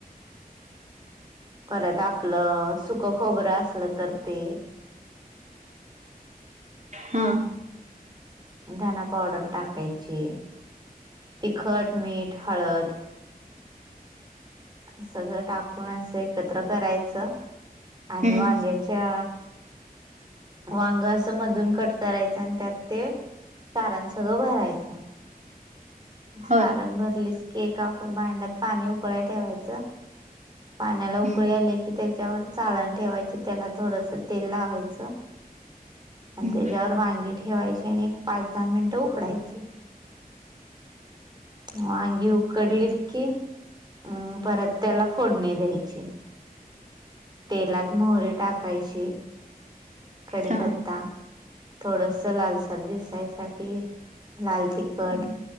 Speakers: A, on the right (about 30°); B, on the right (about 50°).
A: परत आपलं सुकं खोबरं आसलं तर ते
B: हा
A: धना पावडर टाकायची. तिखट, मीठ, हाळद सगळं टाकून आसं एकत्र करायचं आणि
B: हम्म
A: वांग्याच्या वांग असं मधून कट करायचं आणि त्यात ते सारन सगळं भरायचं. सारण
B: होय.
A: भरलीच की एका भांड्यात पाणी उकळाय ठेवायचं पाण्याला उकळी
B: हम्म
A: आले की त्याच्यावर चाळण ठेवायची त्याला थोडसं तेल लावायचं आनं
B: हम्म
A: त्याज्यावर वांगी ठेवायची आणि एक पाच दहा मिनिटं उकडायची. वांगी उकडलीत की अ परत त्याला फोडणी द्यायची. तेलात मोहरी टाकायची कडीपत्ता
B: हा.
A: थोडस लालसर दिसायसाठी लाल तिकट
B: हम्म